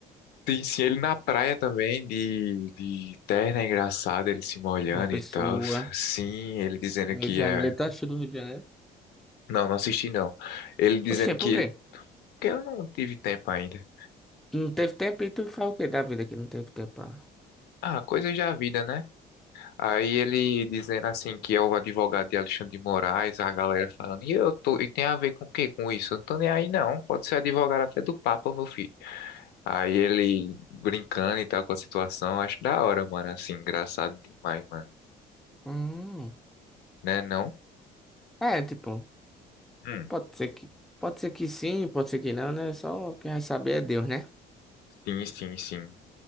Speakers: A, on the left; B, in the centre.
A: Sim, sim, ele na praia também, de, de terno, é engraçado, ele se molhando
B: João Pessoa,
A: e tal. Sim, ele dizendo
B: Rio
A: que
B: de Janeiro,
A: é.
B: tá achando do Rio de Janeiro?
A: Não, não assisti não. Ele dizendo
B: Oxê,
A: que
B: por
A: ele.
B: quê?
A: Porque eu não tive tempo ainda.
B: Tu Não teve tempo e tu faz o quê da vida que não teve tempo? pra-
A: Ah, coisa já vida, né? Aí ele dizendo assim que é o advogado de Alexandre de Moraes, a galera falando, e eu tô, e tem a ver com o quê com isso? Eu não tô nem aí não, pode ser advogado até do Papa, meu filho. Aí ele brincando e tal com a situação, acho da hora, mano, assim, engraçado demais, mano,
B: Hum.
A: né não?
B: É, tipo,
A: Hum.
B: pode ser que pode ser que sim, pode ser que não, né? Só quem vai saber é Deus, né?
A: Sim, sim, sim.